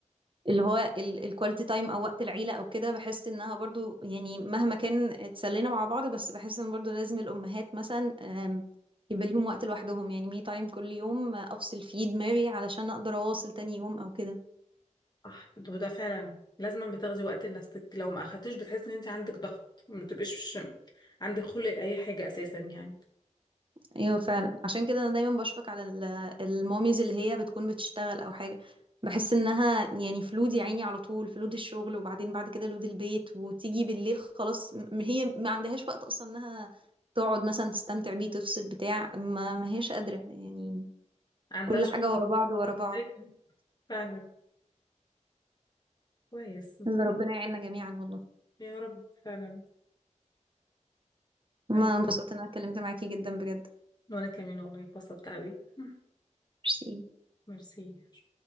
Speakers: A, on the right; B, on the left.
A: اللي هو الكواليتي تايم او وقت العيله او كده بحس انها برضو يعني مهما كان اتسلينا مع بعض بس بحس ان برضو لازم الامهات مثلا أم، يبقى ليهم وقت لوحدهم يعني مي تايم كل يوم آه، افصل فيه دماغي علشان اقدر اواصل تاني يوم او كده
B: صح وده فعلا لازما بتاخدي وقت لنفسك لو ما اخدتيش بتحسي ان انت عندك ضغط ما تبقيش عندك خلق لاي حاجه اساسا يعني
A: ايوه فعلا عشان كده انا دايما بشفق على ال- الماميز اللي هي بتكون بتشتغل او حاجه بحس انها يعني في لود يا عيني على طول في لود الشغل وبعدين بعد كده لود البيت وتيجي بالليل خلاص م- هي ما عندهاش وقت اصلا انها تقعد مثلا تستمتع بيه تفصل بتاع ما, ما هيش قادره يعني
B: عندها
A: كل حاجه ورا بعض ورا
B: شخصيه
A: بعض
B: فعلا كويس
A: يلا ربنا يعيننا جميعا والله
B: يا رب فعلا تمام.
A: ما انبسطت ان انا اتكلمت معاكي جدا بجد
B: وانا كمان والله اتبسطت قوي <laughs>
A: ميرسي
B: ميرسي